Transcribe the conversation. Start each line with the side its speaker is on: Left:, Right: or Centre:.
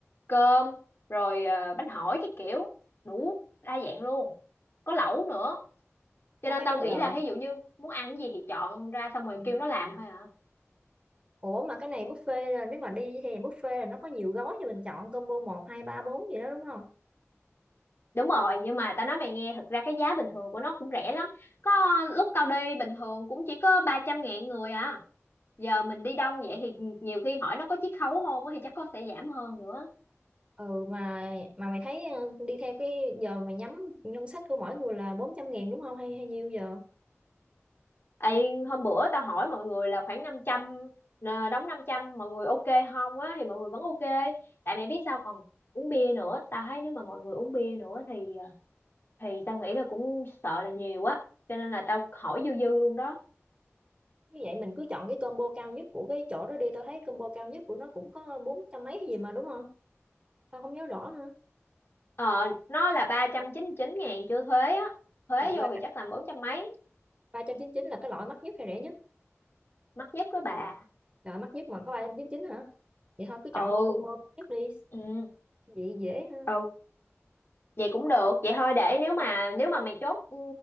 Left: cơm rồi ờ, bánh hỏi cái kiểu đủ đa dạng luôn có lẩu nữa cho
Right: không
Left: nên
Right: mấy
Left: tao
Right: bây
Left: nghĩ
Right: giờ
Left: là ví dụ như muốn ăn cái gì thì chọn ra xong rồi
Right: ừ.
Left: kêu nó làm thôi à
Right: ủa mà cái này buffet là nếu mà đi theo dạng buffet là nó có nhiều gói cho mình chọn combo một hai ba bốn gì đó đúng không
Left: đúng rồi nhưng mà tao nói mày nghe thật ra cái giá bình thường của nó cũng rẻ lắm có lúc tao đi bình thường cũng chỉ có 300 ngàn người à giờ mình đi đông vậy thì nhiều khi hỏi nó có chiết khấu không á thì chắc có sẽ giảm hơn nữa
Right: ừ mà mà mày thấy ờ, đi theo cái giờ mày nhắm ngân sách của mỗi người là bốn trăm nghìn đúng không hay hay nhiêu giờ
Left: Ê, hôm bữa tao hỏi mọi người là khoảng 500 nè, đóng 500 mọi người ok không á thì mọi người vẫn ok tại mẹ biết sao còn uống bia nữa tao thấy nếu mà mọi người uống bia nữa thì ờ, thì tao nghĩ là cũng sợ là nhiều quá cho nên là tao hỏi dư dư luôn đó
Right: như vậy mình cứ chọn cái combo cao nhất của cái chỗ đó đi tao thấy combo cao nhất của nó cũng có bốn trăm mấy gì mà đúng không tao không nhớ rõ nữa
Left: ờ nó là 399 ngàn chưa thuế á thuế
Right: là,
Left: vô thì
Right: là
Left: chắc là bốn trăm mấy
Right: 399 là cái loại mắc nhất hay rẻ nhất
Left: mắc nhất đó bà
Right: Rồi mắc nhất mà có ba trăm chín chín hả? Vậy thôi cứ chọn
Left: ừ
Right: combo mắc nhất đi,
Left: ừ
Right: vậy dễ ha.
Left: ừ vậy cũng được vậy thôi để nếu mà nếu mà mày chốt ừ,